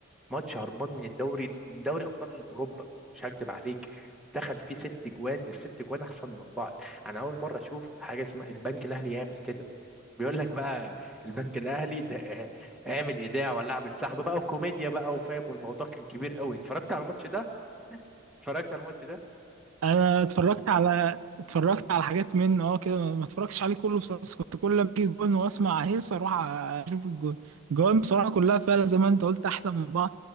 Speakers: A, in the centre; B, on the right.
A: ماتش هربان من الدوري من دوري ابطال اوروبا مش هكدب عليك دخل فيه ست جوان الست جوان احسن من بعض انا اول مره اشوف حاجه اسمها البنك الاهلي يعمل كده بيقول لك بقى البنك الاهلي ده آه، اعمل ايداع ولا اعمل سحب بقى وكوميديا بقى وفاهم والموضوع كان كبير قوي اتفرجت على الماتش ده اتفرجت على الماتش ده
B: انا اتفرجت على اتفرجت على حاجات منه اه كده ما ما اتفرجتش عليه كله بصراحه بس كنت كل ما اجي جون واسمع هيص اروح اشوف الجون الجوان بصراحه كلها فعلا زي ما انت قلت احلى من بعض